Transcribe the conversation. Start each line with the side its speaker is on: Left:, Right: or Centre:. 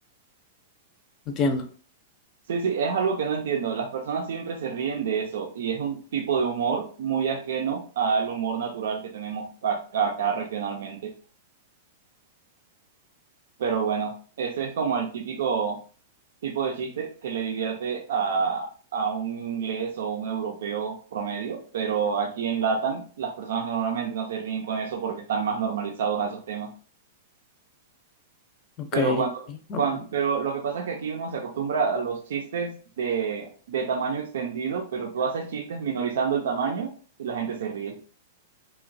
Left: Entiendo.
Right: Sí, sí, es algo que no entiendo. Las personas siempre se ríen de eso y es un tipo de humor muy ajeno al humor natural que tenemos acá acá regionalmente. Pero bueno, ese es como el típico tipo de chiste que le divierte a, a un inglés o un europeo promedio, pero aquí en Latam las personas normalmente no se ríen con eso porque están más normalizados a esos temas.
Left: Ok.
Right: Pero cuando,
Left: ok.
Right: cuan- pero lo que pasa es que aquí uno se acostumbra a los chistes de, de tamaño extendido, pero tú haces chistes minorizando el tamaño y la gente se ríe.